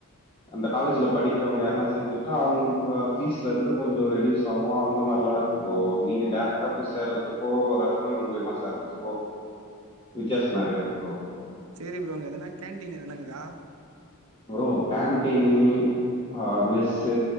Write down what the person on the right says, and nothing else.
சேரி ப்ரோ அங்க எதுனா கேன்டீன் எதுனா இக்குதா